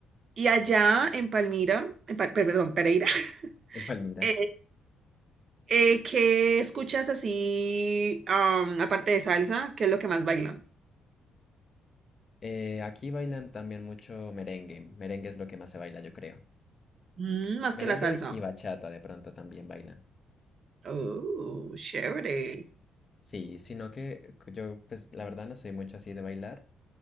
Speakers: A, on the right; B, on the left.
A: y allá en Palmira, en Pa- per- perdón, Pereira, <laughs>
B: En Palmira.
A: eh, eh, ¿qué escuchas así, am, aparte de salsa? ¿Qué es lo que más bailan?
B: Eh, aquí bailan también mucho merengue. Merengue es lo que más se baila, yo creo.
A: Mm, más
B: Merengue
A: que la salsa.
B: y bachata de pronto también bailan.
A: Oh, chévere.
B: Sí, sino que yo, pues, la verdad no soy mucho así de bailar,